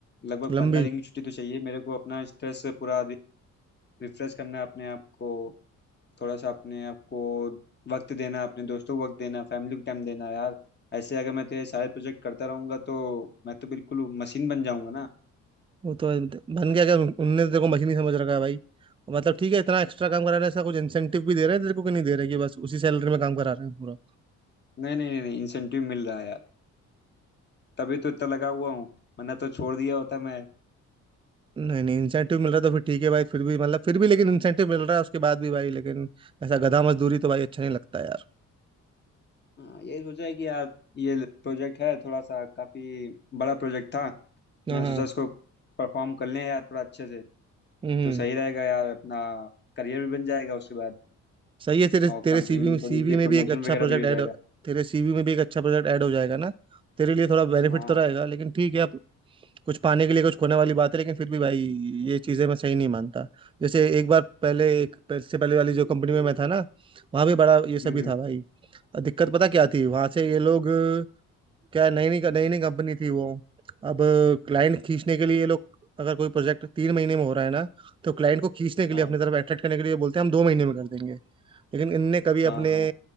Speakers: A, on the left (about 35°); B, on the right (about 20°).
A: लगभग
B: लंबी
A: पंद्रह दिन की छुट्टी तो चाहिए मेरे को अपना स्ट्रेस से पूरा रिफ्रेश करना है अपने आप को थोड़ा सा अपने आप को वक्त देना अपने दोस्तों को वक्त देना फैमिली को टाइम देना यार ऐसे अगर मैं तेरे सारे प्रोजेक्ट करता रहूंगा तो मैं तो बिल्कुल मशीन बन जाऊंगा ना
B: वो तो है, मतलब बन गया क्या उन- उनने तो तेरे को मशीन ही समझ रखा है भाई मतलब ठीक है इतना एक्स्ट्रा काम करा रहे हैं ऐसा कुछ इंसेंटिव भी दे रहे हैं तेरे को कि नहीं दे रहे कि बस उसी सैलरी में काम करा रहे हैं पूरा
A: नहीं नहीं नहीं नहीं इंसेंटिव मिल रहा है यार तभी तो इतना लगा हुआ हूँ वरना तो छोड़ दिया होता मैं
B: नहीं नहीं इंसेंटिव मिल रहा है तो फिर ठीक है भाई फिर भी मतलब फिर भी लेकिन इंसेंटिव मिल रहा है उसके बाद भी भाई लेकिन ऐसा गधा मजदूरी तो भाई अच्छा नहीं लगता यार
A: हाँ, यही सोचा है कि यार ये प्रोजेक्ट है थोड़ा सा काफी बड़ा प्रोजेक्ट था तो
B: हाँ
A: मैंने
B: हाँ
A: सोचा इसको परफॉर्म कर लें यार थोड़ा अच्छे से
B: हम्म
A: तो सही रहेगा यार अपना करियर भी बन जाएगा उसके बाद
B: सही है तेरे
A: और
B: तेरे
A: कंपनी
B: सीवी
A: में
B: में सीवी
A: थोड़ी सी
B: में
A: प्रमोशन
B: भी एक अच्छा
A: वगैरह
B: प्रोजेक्ट
A: भी हो
B: ऐड
A: जाएगा
B: तेरे सीवी में भी एक अच्छा प्रोजेक्ट ऐड हो जाएगा ना तेरे लिए थोड़ा बेनिफिट
A: हाँ
B: तो रहेगा
A: यार
B: लेकिन ठीक है अब कुछ पाने के लिए कुछ खोने वाली बात है लेकिन फिर भी भाई ये चीज़ें मैं सही नहीं मानता जैसे एक बार पहले एक इससे पहले वाली जो कंपनी में मैं था ना वहाँ भी बड़ा ये सभी
A: हम्म
B: था भाई और दिक्कत पता क्या थी वहाँ से ये लोग क्या नई नई नई नई कंपनी थी वो अब क्लाइंट खींचने के लिए ये लोग अगर कोई प्रोजेक्ट तीन महीने में हो रहा है ना तो क्लाइंट को खींचने के लिए
A: हाँ
B: अपनी तरफ अट्रैक्ट करने के लिए बोलते हैं हम दो महीने में कर देंगे लेकिन इनने कभी
A: हाँ
B: अपने
A: हाँ